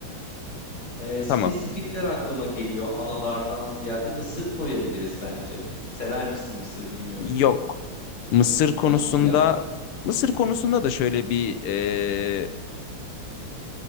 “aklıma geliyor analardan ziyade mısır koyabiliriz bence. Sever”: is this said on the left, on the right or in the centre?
Left